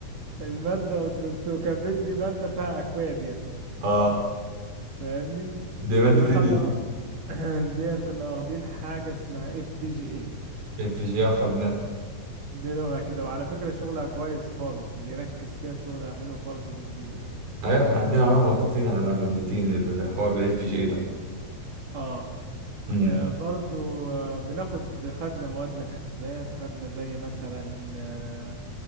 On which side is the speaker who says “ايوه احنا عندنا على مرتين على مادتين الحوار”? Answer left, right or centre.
Right